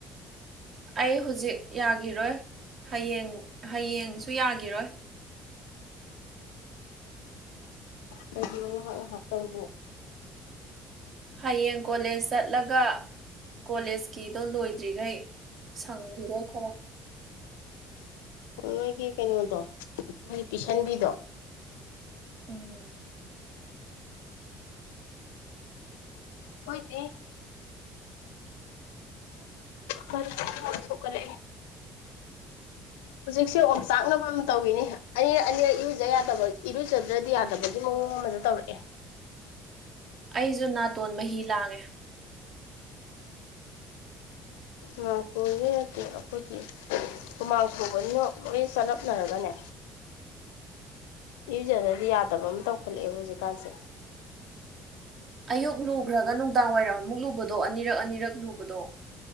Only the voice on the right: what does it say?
ꯑꯩ ꯍꯧꯖꯤꯛ ꯌꯥꯈꯤꯔꯣꯏ ꯍꯌꯦꯡ ꯍꯌꯦꯡꯁꯨ ꯌꯥꯈꯤꯔꯣꯏ
ꯍꯌꯦꯡ ꯀꯣꯂꯦꯖ ꯆꯠꯂꯒ ꯀꯣꯂꯦꯖꯀꯤꯗꯣ ꯂꯣꯏꯗ꯭ꯔꯤꯈꯩ ꯁꯪꯈꯤꯔꯣꯏ ꯈꯔꯣ
ꯎꯝ
ꯑꯩꯁꯨ ꯅꯥꯇꯣꯟ ꯃꯍꯤ ꯂꯥꯡꯉꯦ
ꯑꯌꯨꯛ ꯂꯨꯈ꯭ꯔꯒ ꯅꯨꯡꯗꯥꯡ ꯋꯥꯏꯔꯝ ꯑꯃꯨꯛ ꯂꯨꯕꯗꯣ ꯑꯅꯤꯔꯛ ꯑꯅꯤꯔꯛ ꯂꯨꯕꯗꯣꯣꯛ